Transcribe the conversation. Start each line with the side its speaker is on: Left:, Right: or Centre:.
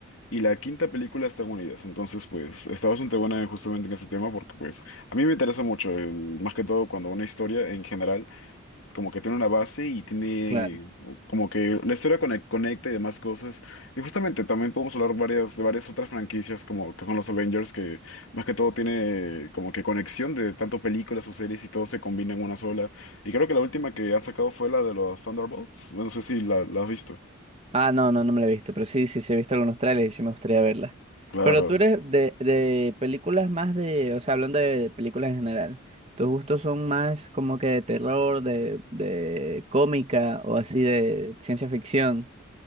Left: y la quinta película están unidas. Entonces, pues está bastante buena justamente en ese tema porque pues a mí me interesa mucho el- más que todo cuando una historia en general como que tiene una base y tiene
Right: Claro.
Left: como que la historia cone- conecta y demás cosas. Y justamente también podemos hablar varias, de varias otras franquicias como que son los Avengers, que más que todo tiene como que conexión de tanto películas o series y todo se combina en una sola. Y creo que la última que han sacado fue la de los Thunderbolts. No sé si la, la has visto.
Right: Ah, no, no, no me la he visto, pero sí, sí, sí he visto algunos trailers y sí me gustaría verla.
Left: Claro.
Right: Pero tú eres de, de películas más de, o sea, hablando de, de películas en general, ¿tus gustos son más como que de terror, de, de cómica o así de ciencia ficción?